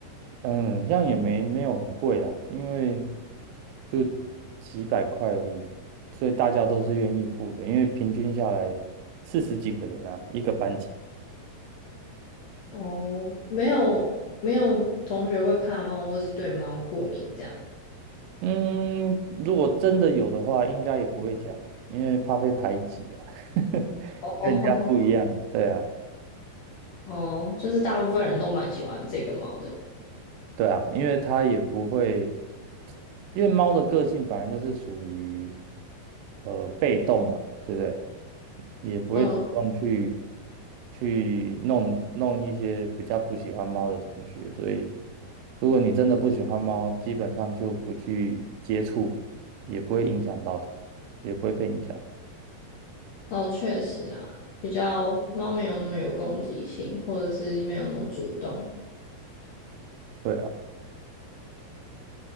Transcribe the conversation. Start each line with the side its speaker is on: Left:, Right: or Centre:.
Right: 嗯，这样也没没有很贵啦，因为就几百块而已，所以大家都是愿意付的，因为平均下来四十几个人啊，一个班级。
Left: 哦。哦，没有没有同学会怕猫，或是对猫过敏这样。
Right: 嗯，如果真的有的话，应该也不会讲，因为怕被排挤啊，<laughs>
Left: <laughs> 哦，
Right: 跟人家不一样，对啊。
Left: 哦，就是大部分人都蛮喜欢这个猫的。
Right: 对啊，因为它也不会，因为猫的个性本来就是属于呃被动嘛，对不对？也不会主动去
Left: 嗯，
Right: 去弄弄一些比较不喜欢猫的同学，所以如果你真的不喜欢猫，基本上就不去接触，也不会影响到它，也不会被影响。
Left: 哦，确实啊，比较猫没有那么有攻击性，或者是没有那么主动。
Right: 对啊，